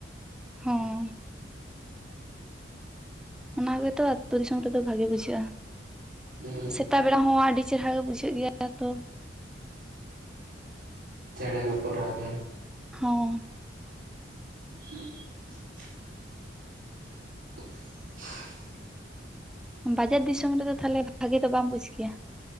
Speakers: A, in the centre; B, on the right.
A: ᱦᱮᱸ᱾ ᱚᱱᱟ ᱜᱮᱛᱚ ᱟᱛᱳ ᱫᱤᱥᱚᱢ ᱨᱮᱫᱚ ᱵᱷᱟᱜᱮ ᱵᱩᱡᱷᱟᱹᱜᱼᱟ᱾
B: ᱦᱩᱸ᱾
A: ᱛᱟ ᱵᱮᱲᱟ ᱦᱚᱸ ᱟᱹᱰᱤ ᱪᱮᱨᱦᱟ ᱜᱮ ᱵᱩᱡᱷᱟᱹᱜ ᱜᱮᱭᱟ ᱛᱚ᱾
B: ᱪᱮᱬᱮ ᱠᱚᱠᱚ ᱨᱟᱜᱟ᱾
A: ᱦᱚᱸ᱾
B: <inaudible> <inaudible>
A: ᱵᱟᱡᱟᱨ ᱫᱤᱥᱚᱢ ᱨᱮᱫᱚ ᱛᱟᱦᱞᱮ ᱵᱷᱟᱜᱮ ᱫᱚ ᱵᱟᱢ ᱵᱩᱡ ᱜᱮᱭᱟ?